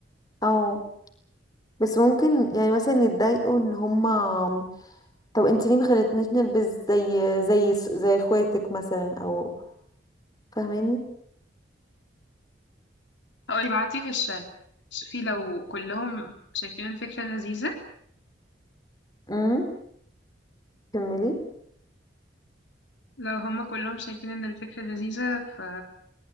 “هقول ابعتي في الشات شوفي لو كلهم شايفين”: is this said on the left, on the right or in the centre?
Left